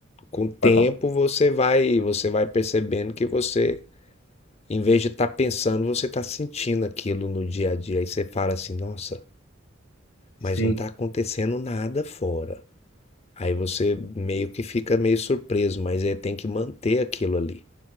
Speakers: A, on the left (about 30°); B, on the left (about 80°).
A: Com o tempo
B: pode falar.
A: você vai, você vai percebendo que você, em vez de estar pensando, você está sentindo aquilo no dia a dia. Aí você fala assim, nossa, mas
B: Sim,
A: não está acontecendo nada fora. Aí você meio que fica meio surpreso, mas aí tem que manter aquilo ali